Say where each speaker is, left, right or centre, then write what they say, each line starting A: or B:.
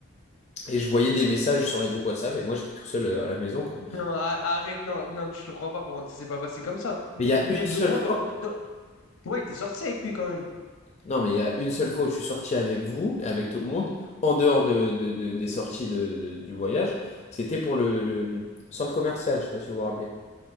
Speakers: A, on the left (about 30°); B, on the left (about 85°).
A: Et je voyais des messages sur les groupes WhatsApp et moi j'étais tout seul euh, à la maison, quoi.
B: Non, a- arrête, non, non, je te crois pas, par contre, ça s'est pas passé comme ça. De,
A: Mais il y a une
B: de-
A: seule
B: moi,
A: fois,
B: dans, dans- Ouais, t'es sorti avec lui quand même.
A: non, mais il y a une seule fois où je suis sorti avec vous, avec tout le monde, en dehors de, de- de- des sorties de, de- du voyage, c'était pour le, le centre commercial, je sais pas si vous vous rappelez.